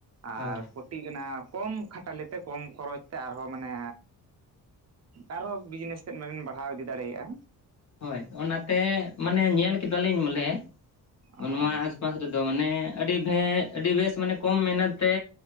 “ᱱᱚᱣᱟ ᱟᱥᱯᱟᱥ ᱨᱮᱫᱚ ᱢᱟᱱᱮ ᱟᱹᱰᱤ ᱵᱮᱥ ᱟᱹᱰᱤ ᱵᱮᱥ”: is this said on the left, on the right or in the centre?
Left